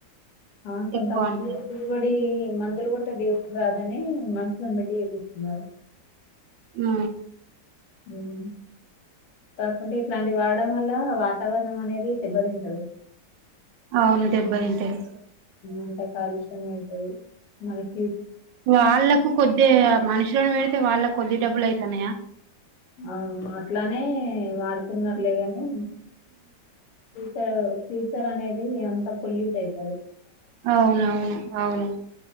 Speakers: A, on the left; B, on the right.
A: అవును కొంతమంది
B: ఎక్కువ అంటే
A: బిరిడి మందులు కొడితే బే రాదు కని మనుషులను పెట్టి చేపిస్తున్నారు.
B: ఆ
A: ఉమ్ కాకుంటే ఇట్లాంటి వాడడం వల్ల వాతావరణం అనేది దెబ్బతింటది.
B: అవును డెబ్బ తంటది.
A: అంతా కాలుష్యమయితది, మనక్
B: వాళ్ళలకు కొద్దె మనుషులని పెడితే వాళ్ళకు కొద్ది డబ్బులు ఐయితాన్నయా?
A: ఆ అట్లనే వాడుతున్నరులే గని ఫ్యూచర్ ఫ్యూచర్ అనేది ఎంత పొల్యూట్ ఐతది.
B: అవునవును అవును.